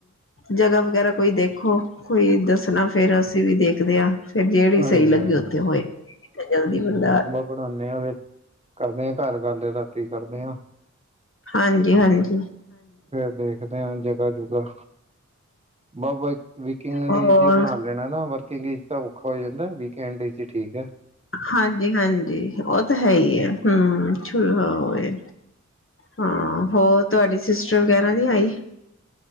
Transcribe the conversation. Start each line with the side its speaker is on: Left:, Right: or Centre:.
Left: ਜਗ੍ਹਾ ਵਗੈਰਾ ਕੋਈ ਦੇਖੋ। ਕੋਈ ਦੱਸਨਾ ਫੇਰ ਅਸੀਂ ਵੀ ਦੇਖਦੇ ਆ ਫੇਰ ਜੇਹੜੀ
Right: ਹਾਂਜੀ
Left: ਸਹੀ ਲੱਗੀ
Right: ਹਾਂ
Left: ਉੱਥੇ ਹੋਏ ਤੇ ਜਲਦੀ ਬੰਦਾ।
Right: ਬਣਾਨੇ ਆ ਫੇਰ ਕਰਦੇ ਆ ਘਰ ਗੱਲ, ਰਾਤੀ ਕਰਦੇ ਹਾਂ।
Left: ਹਾਂਜੀ-ਹਾਂਜੀ।
Right: ਫੇਰ ਦੇਖਦੇ ਹਾਂ ਜਗਾ ਜੁਗਾ, ਬਾ ਵਿਕਿੰਗ
Left: ਹੋਰ
Right: ਡੇ ਚ ਬਣਾ <unintelligible> ਨਾ ਵਰਕਿੰਗ ਚ ਤਾਂ ਔਖਾ ਹੋ ਜਾਂਦੇ ਵੀਕਐਂਡ ਵਿਚ ਠੀਕ ਹੈ।
Left: ਹਾਂਜੀ-ਹਾਂਜੀ ਉਹ ਤੇ ਹੈ ਈ ਏ, ਹੂੰ ਸ਼ੁਰੂ ਹੋ ਏ ਹਾਂ, ਹੋਰ ਤੂਹਾਡੀ ਸਿਸਟਰ ਵਗੈਰਾ ਨੀ ਆਈ